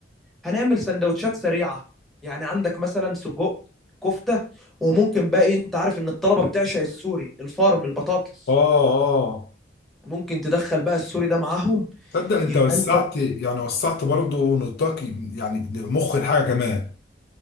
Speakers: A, in the centre; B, on the left (about 55°).
A: هنعمل سندوتشات سريعه يعني عندك مثلا سجق كفته وممكن بقى ايه انت عارف ان الطلبه بتعشق السوري الفارم البطاطس
B: اه اه
A: ممكن تدخل بقى السوري ده معاهم
B: تصدق انت
A: يبقى
B: وسعت
A: انت
B: يعني وسعت برضو نطاق يعني مخ الحاجه كمان